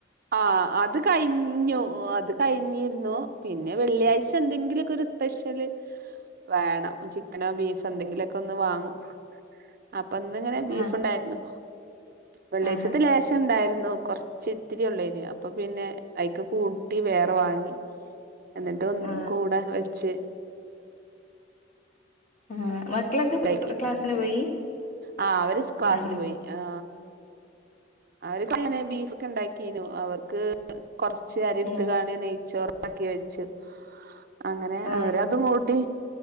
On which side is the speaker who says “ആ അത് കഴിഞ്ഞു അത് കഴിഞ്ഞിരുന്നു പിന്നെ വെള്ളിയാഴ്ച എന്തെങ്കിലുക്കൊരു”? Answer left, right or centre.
Right